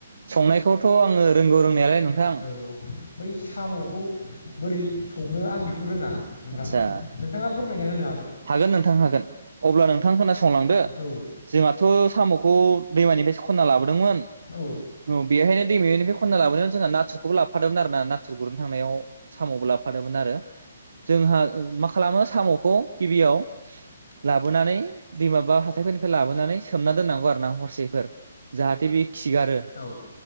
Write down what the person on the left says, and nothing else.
औ बै साम'खौ बोरै सङो आं बेखौ रोङा नोंथां
नोंथाङा फोरमायना होनो
औ
औ
औ